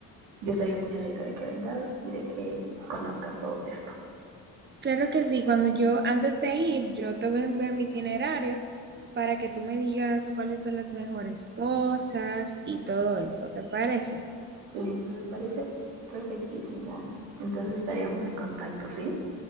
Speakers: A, on the right (about 85°); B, on the right (about 30°).
A: yo estaría muy alegre de que vengas y de que conozcas todo esto.
B: Claro que sí, cuando yo, antes de ir, yo te voy a enviar mi itinerario para que tú me digas cuáles son las mejores cosas y todo eso, ¿te parece?
A: Listo, me parece perfectísimo. Entonces estaríamos en contacto, ¿sí?